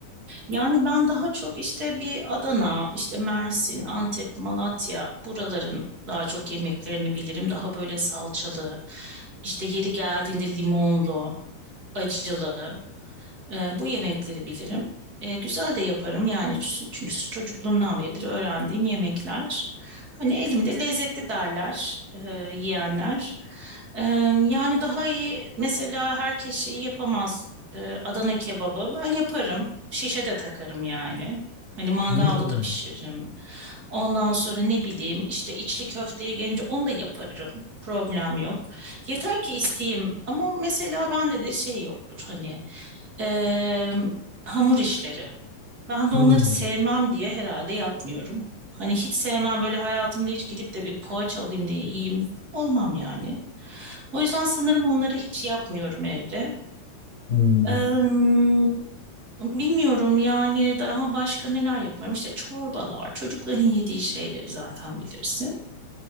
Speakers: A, on the right (about 25°); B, on the left (about 30°).
A: Yani ben daha çok işte bir Adana, işte Mersin, Antep, Malatya buraların daha çok yemeklerini bilirim. Daha böyle salçalı, işte yeri geldiğinde limonlu, acılı. E, bu yemekleri bilirim. E, güzel de yaparım yani çünkü çocukluğumdan beridir öğrendiğim yemekler. Hani elimde lezzetli derler e, yiyenler. E, yani daha iyi mesela herkes şeyi yapamaz. E, Adana kebabı ben yaparım. Şişe de takarım yani. Hani mangalda
B: Hmm,
A: da pişiririm. Ondan sonra ne bileyim işte içli köfteye gelince onu da yaparım. Problem yok. Yeter ki isteyeyim ama mesela bende de şey yoktur hani Eee, hamur işleri. Ben
B: hmm,
A: de onları sevmem diye herhalde yapmıyorum. Hani hiç sevmem böyle hayatımda hiç gidip de bir poğaça alayım diye yiyeyim. Olmam yani. O yüzden sanırım onları hiç yapmıyorum evde.
B: hmm,
A: Eee, bilmiyorum yani daha başka neler yaparım. İşte çorbalar, çocukların yediği şeyleri zaten bilirsin.